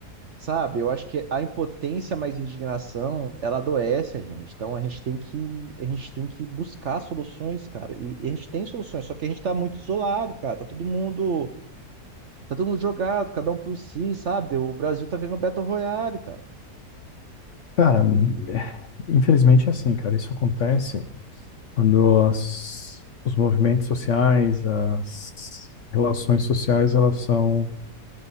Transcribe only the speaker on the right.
sabe? Eu acho que a impotência mais indignação, ela adoece a gente. Então a gente tem que, a gente tem que buscar soluções, cara. E, e a gente tem soluções, só que a gente tá muito isolado, cara. Tá todo mundo, tá todo mundo jogado, cada um por si, sabe? O Brasil tá virando Battle Royale, cara.